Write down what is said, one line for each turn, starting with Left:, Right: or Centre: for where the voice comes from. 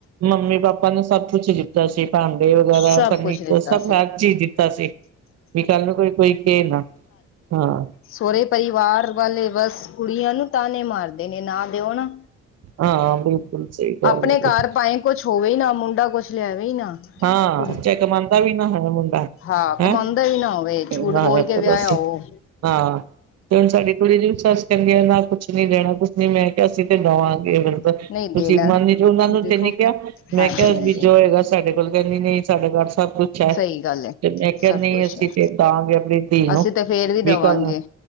Right: ਮੰਮੀ ਪਾਪਾ ਨੂੰ ਸਭ ਕੁਛ ਦਿੱਤਾ ਸੀ ਭਾਂਡੇ ਵਗੈਰਾ
Left: ਸਭ
Right: ਫਰਨੀਚਰ
Left: ਕੁਛ ਦਿੱਤਾ
Right: ਸਭ
Left: ਸੀ
Right: ਹਰ ਚੀਜ਼ ਦਿੱਤੀ ਦਿਤਾ ਸੀ ਵੀ ਕਾਂਲੂੰ ਕੋਈ ਕਏ ਨਾ ਹਾਂ।
Left: ਸੋਰੇ ਪਰਿਵਾਰ ਵਾਲੇ ਬਸ ਕੁੜੀਆਂ ਨੂੰ ਤਾਨੇ ਮਾਰਦੇ ਨੇ ਨਾ ਦਿਓ ਨਾ।
Right: ਹਾਂ ਬਿਲਕੁਲ ਸਈ ਗੱਲ
Left: ਆਪਣੇ
Right: ਏ ਤੁਆਡੀ।
Left: ਘਰ ਭਾਵੇਂ ਕੁਛ ਹੋਵੇ ਨਾ ਮੁੰਡਾ ਕੁਛ ਲਿਆਵੀ ਨਾ।
Right: ਹਾਂ
Left: ਕੁੜੀ
Right: ਚੈ ਕਮਾਂਦਾ ਵੀ ਨਾ ਹੋਵੇ ਮੁੰਡਾ
Left: ਹਾਂ
Right: ਹੈਂ
Left: ਕਮਾਉਂਦਾ ਵੀ ਨਾ ਹੋਵੇ ਝੂਠ
Right: ਨਾ
Left: ਬੋਲ
Right: ਐ
Left: ਕੇ
Right: ਤਾਂ
Left: ਵਿਆਹਿਆ
Right: ਦੱਸ
Left: ਉਹ
Right: ਹਾਂ ਤੇ ਹੁਨ ਸਾਡੇ ਕੁੜੀ ਦੀ ਸੱਸ ਕੈਂਦੀ ਨਾ ਕੁਛ ਨੀ ਦੇਣਾ ਕੁਛ ਨੀ ਮੈਂ ਕਿਆ ਅਸੀਂ ਤੇ ਦਵਾਂ ਮਤਲਬ
Left: ਨਹੀਂ
Right: ਤੁਸੀਂ
Left: ਦੇਣਾ
Right: ਮੰਨ ਵਿਚ ਓਨਾਂ ਨੂੰ
Left: ਦੇਖੋ
Right: ਤੇ ਨੀ ਕਿਆ ਮੈਂ
Left: ਹਾਂਜੀ
Right: ਕਿਆ
Left: ਹਾਂਜੀ
Right: ਵੀ ਜੋ ਹੈਗਾ ਸਾਡੇ ਕੈਂਦੇ ਨਈਂ-ਨਈਂ ਸਾਡੇ ਘਰ ਸਭ ਕੁੱਛ ਐ,
Left: ਸਹੀ ਗੱਲ ਹੈ
Right: ਤੇ ਮੈਂ ਕਿਆ
Left: ਸਭ
Right: ਨਈਂ
Left: ਕੁਛ
Right: ਅਸੀਂ
Left: ਹੈ
Right: ਤੇ ਦਆਂਗੇ ਆਪਨੀ ਧੀ ਨੂੰ,
Left: ਅਸੀਂ ਤਾਂ ਫੇਰ ਵੀ
Right: ਬਈ
Left: ਦੇਵਾਂਗੇ
Right: ਕਾਂਲੂੰ